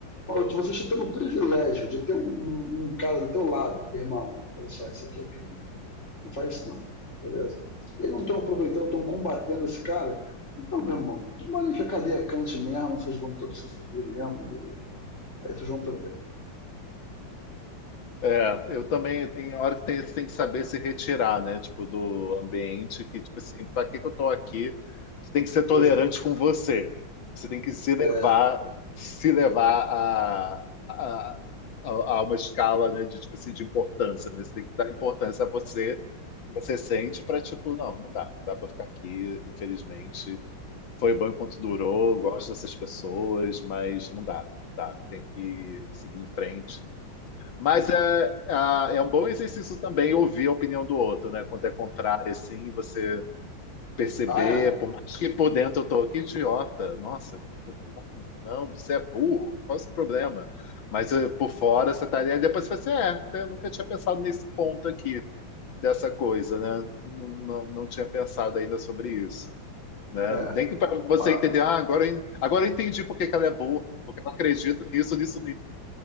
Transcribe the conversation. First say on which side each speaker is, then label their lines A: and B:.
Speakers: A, on the left; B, on the left.
A: vocês estão tendo o privilégio de ter um, um cara do teu lado, irmão, olha só, isso aqui é crime. Não faz isso não. Beleza? Eles não estão aproveitando, estão combatendo esse cara. Então, meu irmão, tomara que a cadeia cante mesmo, vocês vão todos se fuder mesmo, e aí vocês vão aprender.
B: É, eu também tem hora que tem, você tem que saber se retirar, né? Tipo, do ambiente que, tipo assim, pra que que eu tô aqui? Você tem que ser tolerante
A: Pois é.
B: com você. Você tem que se levar,
A: é.
B: se levar a, a, a, a uma escala, né? De, tipo assim, de importância, né? Você tem que dar importância a você, que você sente pra, tipo, não, não dá, não dá pra ficar aqui, infelizmente. Foi bom enquanto durou, gosto dessas pessoas, mas não dá, não dá. Tem que seguir em frente mas é, a- é um bom exercício também ouvir a opinião do outro, né? Quando é contrário, assim, você perceber,
A: Ah,
B: por mais que por dentro eu tô, que idiota, nossa, não, não, você é burro, qual é o seu problema? Mas eh, por fora você tá ali, aí depois você fala assim, é, eu nunca tinha pensado nesse ponto aqui, dessa coisa, né? Não, não, não tinha pensado ainda sobre isso, né?
A: é? É.
B: Nem que para você
A: Mas,
B: entender, ah, agora, eu en- agora eu entendi por que que ela é burra, porque ela acredita nisso, nisso, nisso.